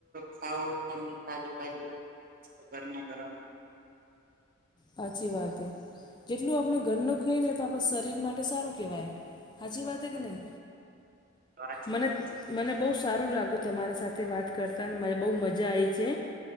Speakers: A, on the right; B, on the left.
A: ખાવો તમે તાજુ તજુ ગરમા ગરમ
B: હાચી વાત એ જેટલું આપણે ઘર નુ ખોઈએ ને તો આપડા શરીર માટે સારું કેહેવાય, સાચી વાત કે નહી
A: સાચી
B: મને
A: વાત છે
B: મને બહુ સારું લાગ્યું તમારા સાથે વાત કરતા અને મને બહુ મજા આવી છે,